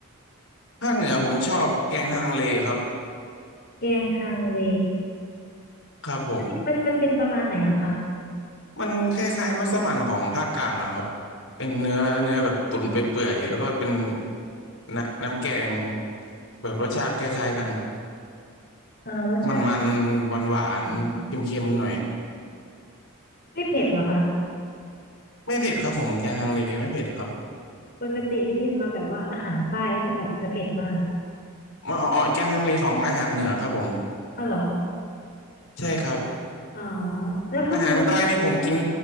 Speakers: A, on the left; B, on the left.
A: ภาคเหนือผมชอบแกงฮังเลครับ
B: แกงฮังเล
A: ครับผม
B: อันนี้มันมันเป็นประมาณไหนเหรอคะ
A: มันคล้ายๆมัสมั่นของภาคกลางอะครับเป็นเนื้อเนื้อแบบตุ๋นไปเปื่อยๆแล้วก็เป็นน้ำน้ำแกงแบบรสชาติคล้ายๆกัน
B: เออรสชาติ
A: มันๆหวานหวานเค็มๆหน่อย
B: อืมไม่เผ็ดเหรอคะ
A: ไม่เผ็ดครับผมแกงฮังเลไม่เผ็ดครับ
B: ปกติได้ยินมาแบบว่าอาหารใต้ก็คือแบบจะเผ็ดมาก
A: อ๋ออ๋อแกงฮังเลของอาหารเหนือครับผม
B: อ๋อเหรอ
A: ใช่ครับ
B: อ๋อแล้วเขากิน
A: อาหารใต้นี่ผมกิน